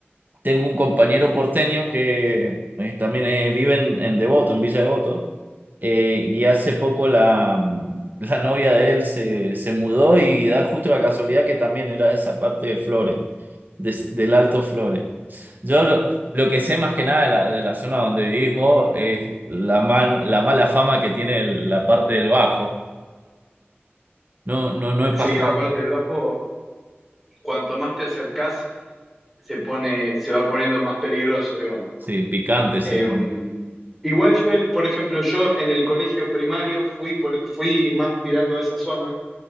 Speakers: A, on the right; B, in the centre.
A: Tengo un compañero porteño que eh, también eh, vive en, en Devoto, en Villa Devoto, eh, y hace poco la, mm, la novia de él se, se mudó y da justo la casualidad que también era de esa parte de Flores, de- del Alto Flores. Yo lo, lo que sé más que nada de la, de la zona donde vivís vos es la, man- la mala fama que tiene el- la parte del Bajo. No, no, no he
B: Sí,
A: pasado.
B: la parte del bajo, cuanto más te acercás, se pone, se va poniendo más peligroso, digamos.
A: Sí, picante
B: Eh,
A: se pone.
B: igual yo, por ejemplo, yo en el colegio primario fui, por- fui más tirando a esa zona,